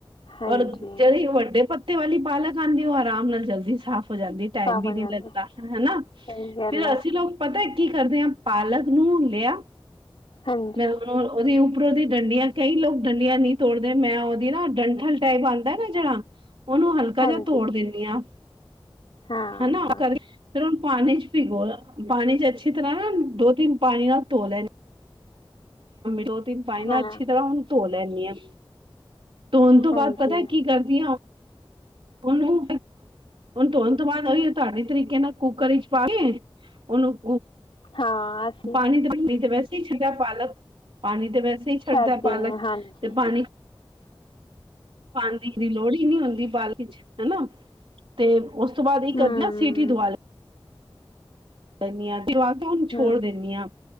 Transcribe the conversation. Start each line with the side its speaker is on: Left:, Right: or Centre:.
Left: ਹਾਂਜੀ
Right: ਔਰ ਜਿਹੜੇ ਵੱਡੇ ਪ ਤੇ ਵਾਲੀ ਪਾਲਕ ਆਂਦੀ ਉਹ ਆਰਾਮ ਨਾਲ ਜਲਦੀ ਸਾਫ਼ ਹੋ ਜਾਂਦੀ ਟਾਈਮ
Left: ਸਾਵਣ
Right: ਵੀ ਨਹੀਂ
Left: ਵਾਲੇ
Right: ਲੱਗਦਾ ਹਨਾ
Left: ਸਹੀ ਗੱਲ
Right: ਫਿਰ
Left: ਹੈ
Right: ਅਸੀਂ ਲੋਕ ਪਤਾ ਕੀ ਕਰਦੇ ਆ ਪਾਲਕ ਨੂੰ ਲਿਆ
Left: ਹਾਂਜੀ
Right: ਮੈਂ ਉਹਦੀ ਉੱਪਰੋਂਦੀ ਡੰਡੀਆਂ ਕਈ ਲੋਕ ਡੰਡੀਆਂ ਨੀ, ਤੋੜਦੇ ਮੈਂ ਉਹਦੀ ਨਾ ਡੰਠਲ ਟਾਈਪ ਆਉਂਦਾ ਨਾ ਜਿਹੜਾ ਉਹਨੂੰ ਹਲਕਾ
Left: ਹਾਂਜੀ
Right: ਜਿਹਾ ਤੋੜ ਦਿੰਦੀ ਹਾਂ,
Left: ਹਾਂ
Right: ਹਨਾ ਉਹ ਕਰੇ ਫੇਰ ਹੁਣ ਪਾਣੀ ਚ ਪਿ ਗੋ ਪਾਣੀ ਚ ਅੱਛੀ ਤਰ੍ਹਾਂ ਨਾ ਦੋ ਤਿੰਨ ਪਾਣੀ ਨਾਲ ਧੋ ਲੈਂਦੇ ਦੋ ਤਿੰਨ ਪਾਈ ਨਾ
Left: ਹਾਂ
Right: ਅੱਛੀ ਤਰ੍ਹਾਂ ਹੁਣ ਧੋ ਲੈਦੀ ਹਾਂ। ਤੋਂਨ ਤੋਂ
Left: ਹਾਂਜੀ
Right: ਬਾਅਦ ਪਤਾ ਹੈ ਕੀ ਕਰਦੀਆਂ ਹਾ ਉਹਨੂੰ ਧੋਣ ਤੋਂ ਬਾਅਦ ਉਹੀ ਤੁਹਾਡੇ ਤਰੀਕੇ ਨਾਲ ਕੁੱਕਰ ਵਿਚ ਪਾ ਕੇ ਉਹਨੂੰ
Left: ਹਾਂ ਅਸੀਂ
Right: ਪਾਣੀ ਤੇ ਪਣੀ ਤੇ ਵੈਸੇ ਹੀ ਛੱਡਦਾ ਪਾਲਕ ਪਾਣੀ ਤੇ ਵੈਸੇ ਹੀ ਛੱਡਦਾ
Left: ਛੱਡਦੇ
Right: ਪਾਲਕ
Left: ਹਾਂ ਹਾਂਜੀ
Right: ਤੇ ਪਾਣੀ ਪਾਣੀ ਦੀ ਲੋਹੜ ਹੀ ਨਹੀਂ ਹੁੰਦੀ ਚ ਹੈਨਾ ਤੇ ਉਸ ਤੋਂ ਬਾਅਦ ਇਹ ਕਰਦੀ
Left: ਹਮ
Right: ਨਾ ਸੀਟੀ ਦੁਆਲ ਹ ਤੇ ਉਹਨੂੰ ਛੋੜ
Left: ਹਮ
Right: ਦਿੰਦੀ ਹਾਂ